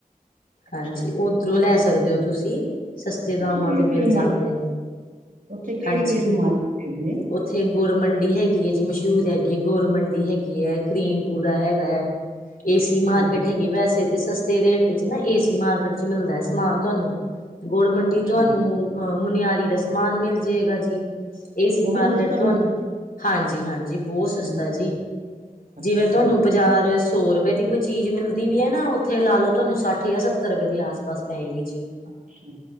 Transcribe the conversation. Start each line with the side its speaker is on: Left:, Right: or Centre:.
Right: ਅੱਛਾ
Left: ਹਾਂਜੀ ਉਧਰੋਂ ਲੈ ਸਕਦੇ ਹੋ? ਤੁਸੀਂ। ਸਸਤੇ ਦਾਮਾਂ
Right: ਉੱਥੇ ਕਿਹੜੀ
Left: ਤੇ ਮਿਲ
Right: ਕਿਹੜੀ
Left: ਜਾਂਦੇ
Right: ਮਾਰਕੀਟ
Left: ਨੇ,
Right: ਉੱਥੇ ਕਿਹੜੀ
Left: ਹਾਂਜੀ,
Right: ਕਿਹੜੀ ਮਾਰਕੀਟ ਹੈਗੀ ਹੈ
Left: ਉੱਥੇ। ਗੁਡ ਮੰਡੀ ਹੈਗੀ ਏ ਜੀ ਮਸ਼ਹੂਰ ਹੈਗੀ ਹੇ, ਗੋਰ ਮੰਡੀ ਹੈਗੀ ਏ, ਕਰੀਮਪੂਰਾ ਹੈਗਾ ਹੈ। ਏਸੀ
Right: ਅੱਛਾ
Left: ਮਾਰਕੀਟ
Right: ਜੀ
Left: ਹੈਗੀ, ਵੈਸੇ ਤੇ ਸਸਤੇ ਰੇਟ ਚ ਨਾ ਏਸੀ ਮਾਰਕੀਟ ਚ ਮਿਲਦਾ ਐ ਸਮਾਨ ਤੁਹਾਨੂੰ। ਗੋਡ ਮੰਡੀ
Right: ਅੱਛਾ
Left: ਤੋਹਾਨੂੰ ਅਹ ਮੁਨਿਆਰੀ ਦਾ ਸਮਾਨ ਮਿਲ ਜੇ ਗਾ ਜੀ। ਏਸੀ
Right: ਉਹ
Left: ਮਾਰਕੀਟ
Right: ਵੀ ਸਸਤਾ
Left: ਤੁਹਾਨੂੰ,
Right: ਮਿਲਦਾ
Left: ਹਾਂਜੀ। ਹਾਂਜੀ ਹਾਂਜੀ, ਬਹੁਤ ਸਸਤਾ
Right: ਹਾਂਜੀ,
Left: ਜੀ
Right: ਅੱਛਾ
Left: ਜਿਵੇਂ ਤੁਹਾਨੂੰ ਬਜ਼ਾਰ। ਸੌ ਰੁਪਏ ਦੀ ਕੋਈ ਚੀਜ਼ ਮਿਲਦੀ ਵੀ ਹੈ ਨਾ ਉੱਥੇ ਲਾ ਲਓ ਤੁਹਾਨੂੰ ਸੱਠ ਜਾਂ ਸੱਤਰ ਰੁਪਏ ਦੀ ਆਸ ਪਾਸ ਪਏਗੀ ਜੀ।
Right: ਅੱਛਾ।